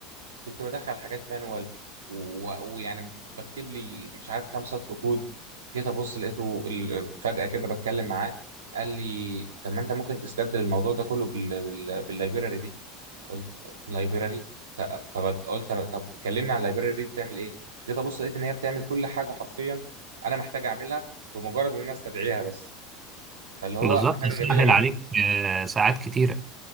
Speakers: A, on the right; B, on the right.
A: كنت بدخل حاجات مانوال و- ويعني بكتب لي مش عارف كام سطر كود جيت ابص لقيته ال- فجاه كده بتكلم معاه قال لي طب ما انت ممكن تستبدل الموضوع ده كله بال- بال- باللايبراري دي قلت لايبراري فقلت طب كلمني عن اللايبراري دي بتعمل ايه جيت ابص لقيت ان هي بتعمل كل حاجه حرفيا انا محتاج اعملها بمجرد ان انا استدعيها بس فاللي هو
B: بالظبط
A: حاجه جميله
B: سهل
A: جدا
B: عليك آه، ساعات كتيره